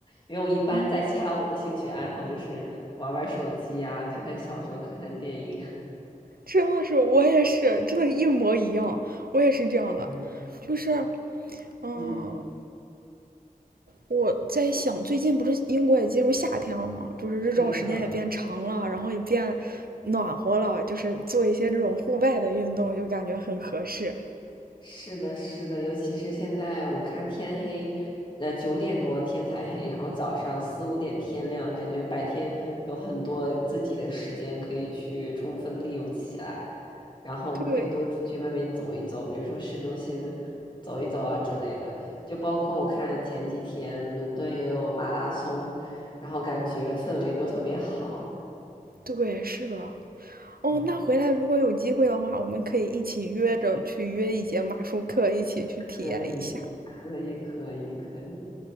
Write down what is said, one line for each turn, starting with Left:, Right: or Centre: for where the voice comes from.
Left: 因为我一般在家，
Right: 嗯，
Left: 我的兴趣爱好就是玩玩手机啊，看看小说，看看电影。<laughs>
Right: 真的是我也是，真的，一模一样，我也是这样的，
Left: 嗯，
Right: 就是。嗯，
Left: 嗯，
Right: 我在想，最近不是英国也进入夏天了吗？就是日照时间也变长了，
Left: 对的。
Right: 然后也变暖和了，就是做一些这种户外的运动，就感觉很合适。
Left: 是的，是的，尤其是现在我看天黑，呃，九点多天才黑，然后早上四五点天亮，感觉白天有很多自己的时间可以去充分利用起来，然后可以多出去外面走一走，
Right: 对，
Left: 比如说市中心走一走啊之类的。就包括我看前几天伦敦也有马拉松，然后感觉氛围都特别好。
Right: 对，是的。哦，
Left: 嗯。
Right: 那回来如果有机会的话，我们可以一起约着去约一节马术课，一起去体验一下。
Left: 可以，可以，可以，可以。